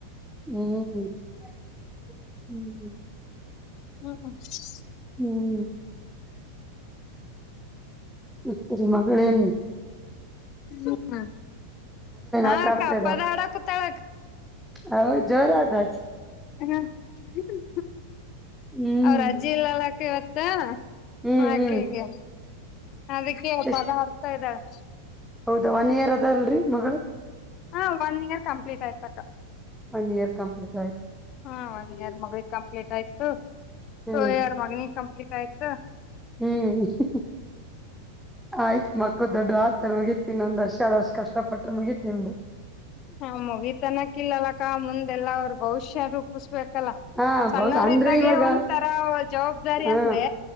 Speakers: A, in the centre; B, on the left (about 35°).
A: ಹ್ಮ್ <unintelligible> ಹ್ಮ್ ಹ್ಮ್ <unintelligible>
B: ಹ್ಮ್ ಹ್ಮ್ <inaudible>
A: ಹ್ಮ್ <unintelligible> ಹ್ ನಿಮ್ ಜಿ ಮಗಳೆನ್
B: ಹ್ಮ ಹ್ಮ ಹಾ
A: ಆಟ ಆಡ್ತಾ
B: ಅಕ್ಕಾ ಪದಾ ಹಾಡಕ್ ಕುತ್ತಳ ಅಕ್ಕಾ
A: ಹೌ ಜೋರ್ ಆದಳ
B: ಹ ಹ್ಮ್
A: ಹ್ಮ್
B: ಅವ್ರ ಅಜ್ಜಿ ಇಲ್ಲಲ್ ಅಕ್ಕ ಇವತ್ ತ
A: ಹ್ಮ್
B: ಅ ಆಕೆಗೆ
A: ಹ್ಮ್
B: ಅದಕ್ಕೆ
A: ಎಷ್ಟ್
B: ಪದಾ ಹಾಡ್ತಾ ಇದಾಳ್
A: ಹೌದಾ ಒನ್ ಇಯರ್ ಅದಾ ಅಲ್ರಿ ಮಗಳು
B: ಹಾ ಒನ್ ಇಯರ್ ಕಂಪ್ಲೀಟ್ ಆಯ್ತು ಅಕ್ಕಾ
A: ಒನ್ ಇಯರ್ ಕಂಪ್ಲೀಟ್ ಆಯ್ತು
B: ಹಾ ಒನ್ ಇಯರ್ ಮಗಳಿಗ ಕಂ ಕಂಪ್ಲೀಟ್ ಆಯ್ತು
A: ಹ್ಮ್
B: ಸೊ ಇಯರ್ ಮಗನಿಗ್ ಕಂಪ್ಲೀಟ್ ಆಯ್ತ್
A: ಹ್ಮ್ ಹ್ ಹ್ ಆಯ್ತ್ ಮಕ್ಕಳ ದೊಡ್ಡು ಆತ್ ಮುಗಿತ್ ಇನ್ ಒಂದ್ ವರ್ಷಾ ಎರಡ್ ವರ್ಷ ಕಷ್ಟಪಟ್ರ ಮುಗಿತ್ ನಿಂದು
B: ಹ ಮುಗಿತ್ ಅನ್ನಕಿಲ್ಲಕ್ಕಾ ಮುಂದ್ ಎಲ್ಲಾ ಅವರದ್ ಬಹುಷ್ಯ ರೂಪುಷ್ ಬೇಕಲ್ಲಾ
A: ಹಾ
B: ಸಣ್ಣವ್ರ
A: ಹೌದ್ ಅಂದ್ರೆ
B: ಇದ್ದಾಗೆ
A: ಇವಾಗ
B: ಒಂದ ತರಾ ಜವಾಬ್ದಾರಿ
A: ಹಾ
B: ಅಂದ್ರೆ